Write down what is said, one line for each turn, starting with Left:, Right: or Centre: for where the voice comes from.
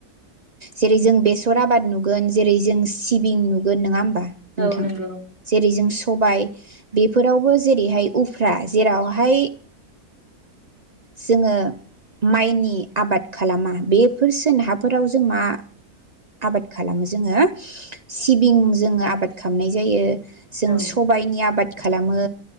Right: जेरै जों बेसर आबाद नुगोन जेरै जों सिबिं नुगोन नङा होमबा नोंथां
Left: औ नंगौ
Right: जेरै जों सबाय बेफोरावबो जेरैहाय उफ्रा जेरावहाय जोङो माइनि आबाद खालामा बेफोर सोरोन हाफोराव जों मा आबाद खालामो जोङो सिबिं जोङो आबाद खालामनाय जायो जों
Left: औ
Right: सबायनि आबाद खालामो